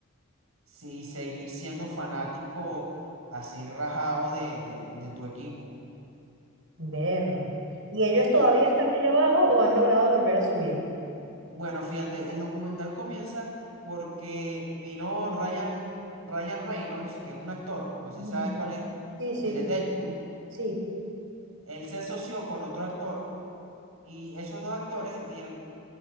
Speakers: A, on the right (about 80°); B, on the right (about 65°).
A: sí, seguir siendo fanático así rajado de, de, de tu equipo.
B: Berro. ¿Y ellos todavía están allá abajo o han logrado volver a subir?
A: Bueno, fíjate, el documental comienza porque vino Ryan, Ryan Reynolds, que es un actor, no sé
B: Ujú.
A: si sabes cuál es,
B: Sí, sí,
A: el de Deadpool.
B: sí.
A: Él se asoció con otro actor y esos dos actores dieron,